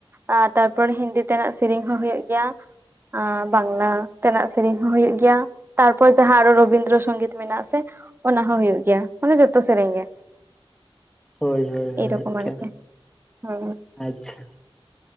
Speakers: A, on the right; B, in the centre.
A: ᱟᱨ ᱛᱟᱨᱯᱚᱨᱮ ᱦᱤᱱᱫᱤ ᱛᱮᱱᱟᱜ ᱥᱮᱨᱮᱧ ᱦᱚᱸ ᱦᱩᱭᱩᱜ ᱜᱮᱭᱟ᱾ ᱟ ᱵᱟᱝᱞᱟ ᱛᱮᱱᱟᱜ ᱥᱮᱨᱮᱧ ᱦᱚᱸ ᱦᱳᱭᱳᱜ ᱜᱮᱭᱟ᱾ ᱛᱟᱨ ᱯᱚᱨ ᱡᱟᱦᱟᱸ ᱟᱨᱦᱚᱸ ᱨᱚᱵᱤᱱᱫᱨᱚ ᱥᱚᱝᱜᱤᱛ ᱢᱮᱱᱟᱜ-ᱟ ᱥᱮ ᱚᱱᱟ ᱦᱚᱸ ᱦᱳᱭᱳᱜ ᱜᱮᱭᱟ ᱢᱟᱱᱮ ᱡᱚᱛᱚ ᱥᱮᱨᱮᱧ ᱜᱮ᱾
B: ᱦᱳᱭ ᱦᱳᱭ ᱦᱳᱭ
A: ᱮᱭᱨᱚᱠᱚᱢ ᱟᱨᱠᱤ
B: <inaudible>
A: ᱦᱮᱸ
B: ᱟᱪᱪᱷᱟ